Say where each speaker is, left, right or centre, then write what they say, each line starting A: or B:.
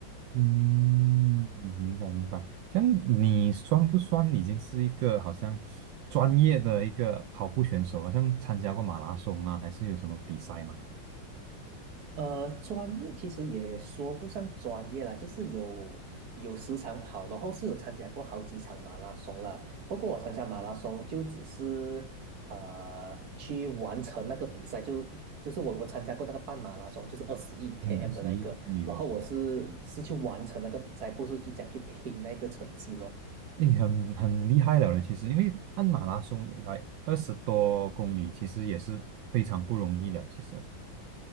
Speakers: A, on the right (about 75°); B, on the right (about 55°).
A: 嗯，明白明白。这样你算不算已经是一个好像专业的一个跑步选手？好像参加过马拉松啊，还是有什么比赛吗？
B: 呃，专业其实也说不上专业啦，就是有有时常跑，然后是有参加过好几场马拉松啦。不过我参加马拉松就只是呃去完成那个比赛，就就是我我参加过那个半马拉松，就是二十一 km
A: 嗯，二十一公里的，
B: 的那一个，然后我是是去完成那个比赛，不是去讲去拼那个成绩咯。
A: 诶，很很厉害了嘞，其实因为按马拉松来二十多公里，其实也是非常不容易了，其实。